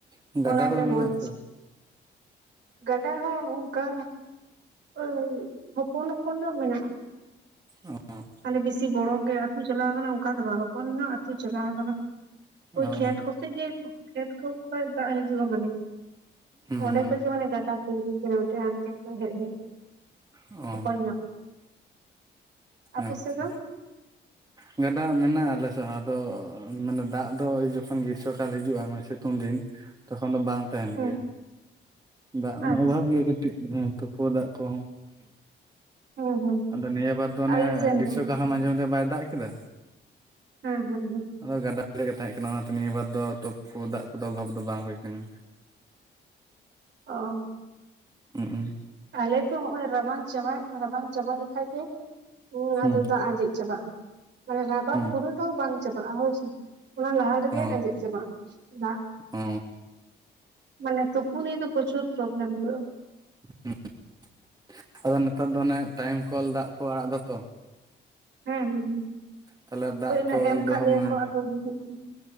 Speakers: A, on the right; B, on the right.
A: ᱜᱟᱰᱟ
B: ᱚᱱᱟ ᱜᱮ
A: ᱠᱚᱫᱚ ᱢᱮᱱᱟᱜ
B: ᱢᱚᱡᱽ
A: ᱟᱥᱮ ᱵᱟᱝ
B: ᱜᱟᱰᱟ ᱦᱚ ᱚᱝᱠᱟ ᱚᱭ ᱦᱚᱯᱚᱱ ᱦᱚᱯᱚᱱ ᱧᱚᱜ ᱢᱮᱱᱟᱜ-ᱟ᱾
A: ᱚ <inaudible>
B: ᱢᱟᱱᱮ ᱵᱮᱥᱤ ᱵᱚᱲᱚ ᱜᱮ ᱟᱹᱛᱩ ᱪᱟᱞᱟᱣ ᱠᱟᱱᱟ ᱚᱝᱠᱟ ᱫᱚ ᱵᱟᱝ ᱦᱚᱯᱚᱱ ᱧᱚᱜ ᱟᱹᱛᱩ ᱪᱟᱞᱟᱣ ᱠᱟᱱᱟ᱾ ᱚᱭ
A: ᱚ
B: ᱠᱷᱮᱛ ᱠᱚᱥᱮᱜ ᱜᱮ ᱠᱷᱮᱛ ᱠᱩ ᱠᱷᱚᱡ ᱫᱟᱜ ᱦᱤᱡᱩᱜ-ᱟ ᱢᱟᱱᱮ
A: ᱦᱩᱸ
B: ᱚᱰᱮ
A: ᱦᱩᱸ
B: ᱠᱷᱚᱡ ᱜᱮ ᱢᱟᱱᱮ ᱜᱟᱰᱟ <unintelligible> ᱚᱱᱛᱮ ᱠᱷᱚᱱ ᱦᱮᱡ ᱦᱮᱡ ᱛᱮ
A: ᱚ
B: ᱦᱚᱯᱚᱱ ᱧᱚᱜ ᱟᱯᱮ
A: ᱟᱪᱪᱷᱟ
B: ᱥᱮᱫ ᱫᱚ <inaudible>
A: ᱜᱟᱰᱟ ᱢᱮᱱᱟᱜ-ᱟ ᱟᱞᱮ ᱥᱮᱫ ᱦᱚᱸ ᱟᱫᱚ ᱢᱟᱱᱮ ᱫᱟᱜ ᱫᱚᱭ ᱡᱚᱠᱷᱚᱱ ᱜᱤᱨᱥᱚᱠᱟᱞ ᱦᱤᱡᱩᱜ-ᱟ ᱢᱟ ᱥᱤᱛᱩᱝ ᱫᱤᱱ ᱛᱚᱠᱷᱚᱱ ᱫᱚ ᱵᱟᱝ ᱛᱟᱦᱮᱱ
B: ᱦᱮᱸ
A: ᱜᱮᱭᱟ ᱫᱟᱜ ᱩᱱᱟᱹᱜ
B: ᱟᱪᱪᱷᱟ
A: ᱚᱵᱷᱟᱵᱽ ᱜᱮᱭᱟ ᱠᱟᱹᱴᱤᱡ ᱦᱩ ᱛᱩᱯᱩ ᱫᱟᱜ ᱠᱚᱦᱚ
B: ᱦᱮᱸ ᱦᱮᱸ
A: ᱟᱫᱚ ᱱᱤᱭᱟᱹ ᱵᱟᱨ ᱫᱚ ᱚᱱᱮ
B: ᱟᱞᱮ ᱥᱮᱱ
A: ᱜᱤᱥᱚ
B: ᱦᱚᱸ
A: ᱞᱟᱦᱟ ᱢᱟᱡᱮ ᱢᱟᱡᱮ ᱵᱟᱭ ᱫᱟᱜ ᱠᱮᱫᱟ᱾
B: ᱦᱮ ᱦᱮ ᱦᱮ
A: ᱟᱫᱚ ᱜᱟᱰᱟ <unintelligible> ᱛᱟᱦᱮᱜ ᱠᱟᱱᱟ ᱚᱱᱟᱛᱮ ᱱᱤᱭᱟᱹ ᱵᱟᱨ ᱫᱚ ᱛᱳᱯᱳ ᱫᱟᱜ ᱠᱚᱫᱚ ᱚᱵᱷᱟᱵᱽ ᱫᱚ ᱵᱟᱝ ᱦᱩᱭ ᱠᱟᱱᱟ᱾
B: ᱚ
A: ᱩ ᱩ
B: ᱟᱞᱮ ᱛᱚ ᱦᱚᱸᱜ-ᱚᱭ ᱨᱟᱵᱟᱝ ᱪᱟᱵᱟ ᱨᱟᱵᱟᱝ ᱪᱟᱵᱟ ᱞᱮᱠᱷᱟᱡ ᱜᱮ ᱩ
A: ᱦᱩᱸ
B: ᱟᱫᱚ ᱫᱟᱜ ᱟᱡᱮᱡ ᱪᱟᱵᱟᱜ-ᱟ᱾ ᱢᱟᱱᱮ ᱵᱷᱟᱫᱚᱨ
A: ᱦᱩᱸ
B: ᱯᱩᱨᱟᱹᱴᱟᱜ ᱵᱟᱝ ᱪᱟᱵᱟᱜ-ᱟ ᱦᱚᱭᱥᱮ ᱚᱱᱟ ᱞᱟᱦᱟ ᱨᱮᱜᱮ
A: ᱚ
B: ᱟᱡᱮᱫ ᱪᱟᱵᱟᱜ-ᱟ ᱫᱟᱜ
A: ᱚ
B: ᱢᱟᱱᱮ ᱛᱩᱯᱩ ᱱᱤᱭᱟᱹ ᱫᱚ ᱯᱨᱩᱪᱩᱨ ᱯᱨᱚᱵᱞᱮᱢ ᱦᱩᱭᱩᱜ-ᱟ᱾
A: <unintelligible> ᱟᱫᱚ ᱱᱮᱛᱟᱨ ᱫᱚ ᱚᱱᱮ ᱴᱟᱭᱮᱢ ᱠᱚᱞ ᱫᱟᱜ ᱠᱚ ᱟᱲᱟᱜ ᱫᱟ ᱛᱚ
B: ᱦᱩ ᱦᱩ ᱦᱩ
A: ᱛᱟᱦᱚᱞᱮ ᱫᱟᱜ
B: ᱦᱳᱭ ᱚᱱᱟ
A: ᱠᱚ
B: ᱮᱢ ᱟᱠᱟᱫ
A: ᱫᱚᱦᱚ
B: ᱞᱮᱭᱟ
A: ᱢᱟᱱᱮ
B: ᱠᱚ ᱟᱫᱚ ᱦᱩᱭᱩᱜ ᱠᱟᱱᱟ ᱾